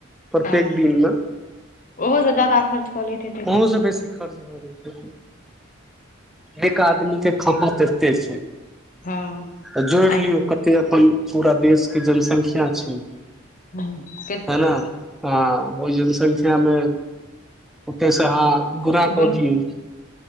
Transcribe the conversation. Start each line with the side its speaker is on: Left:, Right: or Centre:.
Centre: प्रत्येक
Left: हँ
Centre: दिनमे
Left: ओहो से ज्यादा खर्च कऽ लैत हेतै
Centre: अहूँ
Left: की
Centre: सँ बेसी खर्च भऽ जेतए। एक आदमी के खपत एत्ते छैय।
Left: हँ
Centre: त जोड़ि
Left: आइ
Centre: लियौ कते अपन पूरा देश के जनसंख्या छैय।
Left: हँ के
Centre: हैना, हँ ओहि जनसंख्या मे ओते सँ अहाँ गुना
Left: गुन
Centre: क दियौ।